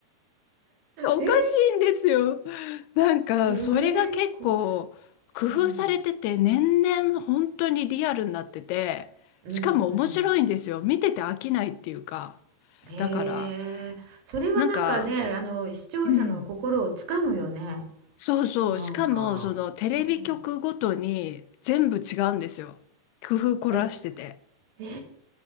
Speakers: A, on the left (about 85°); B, on the right (about 65°).
A: <laughs> おかしいんですよ。
B: えー、
A: なんか、
B: それ怖い。
A: それが結構、工夫されてて、
B: うん。
A: 年々本当にリアルになってて、
B: うんうんう
A: しかも面白いんですよ。見てて飽きないっていうか。
B: ん。へえ、
A: だから、
B: それはなんかね、
A: なんか、
B: あの、視聴者の心をつかむよね。
A: うん。そうそう。
B: なんか。
A: しかも、そのテレビ局ごとに全部違うんですよ。
B: うんうん。
A: 工夫凝らしてて。
B: え、えー、